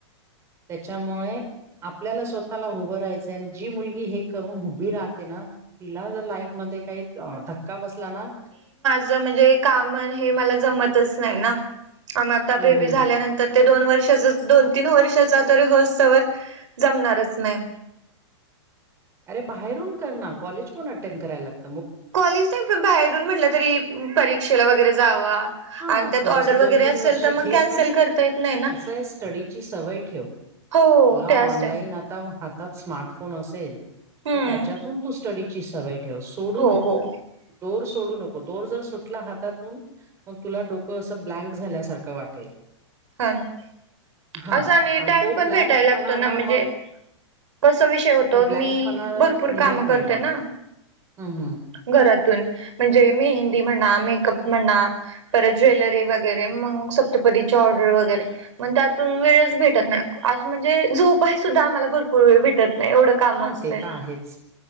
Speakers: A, on the right; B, on the right.
A: त्याच्यामुळे आपल्याला स्वतःला उभं राहायचंय आणि जी मुलगी हे करून उभी राहते ना तिला जर लाईफ मध्ये काही धक्का बसला ना.
B: स म्हंजे काम न हे मला जमतच नाही ना. आन आता
A: हम्म
B: बेबी
A: हम्म
B: झाल्या नंत तर ते दोन वर्षाचा दोन तीन वर्षाचा तरी हो सवर जमणारच नाही.
A: अरे बाहेरून करणा कॉलेज कोण अटेंड करायला लागत.
B: कॉलेज नाही पण बाहेरून म्हटलं तरी परीक्षेला वगैरे जावा.
A: हां,
B: आणि त्यात
A: थोडंसं
B: ऑर्डर वगैरे असेल
A: वर्ष
B: तर
A: घे,
B: मग कॅन्सल
A: पण
B: करता येत नाही ना.
A: कसं आहे स्टडीची सवय ठेव.
B: हो
A: तुला
B: ते असतय.
A: ऑनलाईन आता म हातात स्मार्टफोन असेल.
B: हम्म
A: तर त्याच्यातून तू स्टडीची सवय ठेव सोडू
B: हो
A: नको.
B: हो
A: दोर सोडू नको. दोर जर सुटला हातातून मग तुला डोक असं ब्लँक झाल्यासारखं वाटेल.
B: हा ना
A: हां
B: असा आणि टाइम
A: तो
B: पण
A: ब्लँकपणा
B: भेटायला लागतो ना म्हणजे.
A: मग
B: कस विषय होतो
A: तो
B: मी
A: ब्लँकपणा
B: भरपूर
A: निघत
B: काम करते
A: नाही मग.
B: ना --
A: हं, हं.
B: घरातून म्हणजे मेहंदी म्हणा. मेकअप म्हणा. परत ज्वेलरी वग वगैरे मग सप्तपदीची ऑर्डर वगैरे. मग त्यातून वेळच भेटत नाही असं म्हणजे झोपाय सुद्धा आम्हाला भरपूर वेळ भेटत नाही एवढं काम
A: हा
B: असतय
A: ते तर आहेच.